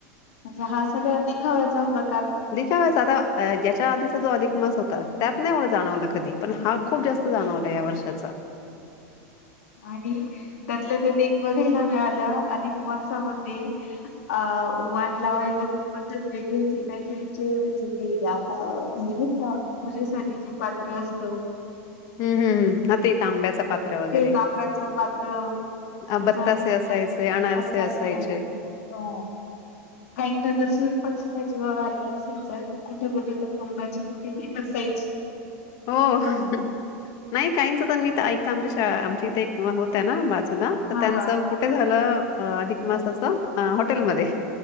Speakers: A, on the left (about 70°); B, on the left (about 50°).
A: अ्ा हा सगळ्या दिखवा्याचा प्र
B: दिखा वसता या्याच्या आधीचा जो अधिक मास होता त्यात नाही एवढं जाणवलं कधी पण हा खूप जास्त जाणवला या वर्षाचा
A: आणि त्यातलं त्या बघायला मिळालं अधिक मासामध्ये अ वण लावायला तर पद्धत वेगळीच काही काहीचे म्हणजे ते अ हे नाही का पूजेसाठी जे पात्र असतो
B: हम् हम् हम् ते त आब्याच पात्र वगैरे
A: तांब्याच पात्र
B: अ,
A: त्याच्यात
B: बत्तासे असायचे, अनारसे असायचे.
A: असेल हो काही ना तर सु प सुद्धा जीवावर आगला असेल सर कुठे कुठे तर पूर्णाची कुठे पिकस जायची
B: हो नाही काहीच तर मी ऐकत आमच्या आमच्या इथे एक होत्या ना बाजूला तर
A: हा
B: त्यांचं
A: हा
B: कुठे झालं अधिक मासाच हॉटेलमध्ये